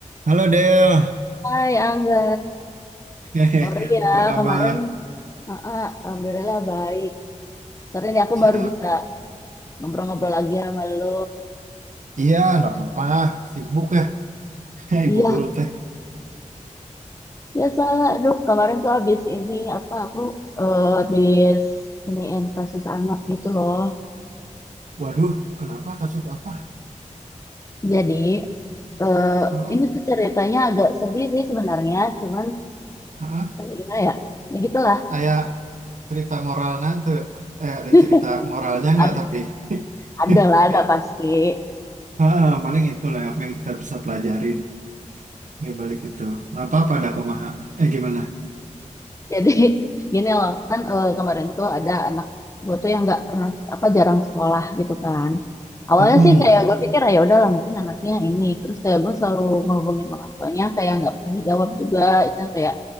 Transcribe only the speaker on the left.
Hai Angga,
sorry ya
kemarin, Heeh, alhamdulillah baik. Sorry nih aku
baru bisa ngobrol-ngobrol lagi sama lo.
Iya,
biasalah. Aduh, kemarin tuh abis ini apa aku eh, abis iniin kasus anak gitu loh.
Jadi eh,
ini tuh ceritanya agak sedih sih sebenarnya, cuman
eh, gimana ya? Ya gitulah.
<laughs>
Ada,
ada lah, ada pasti.
Jadi <laughs> gini loh, kan eh, kemarin tuh ada anak gue tuh yang nggak pernah apa jarang sekolah gitu kan. Awalnya
sih kayak gue pikir "Ah, ya udahlah mungkin anaknya ini. Terus kayak gue selalu ngehubungin orang tuanya kayak nggak pernah dijawab juga. Misalnya kayak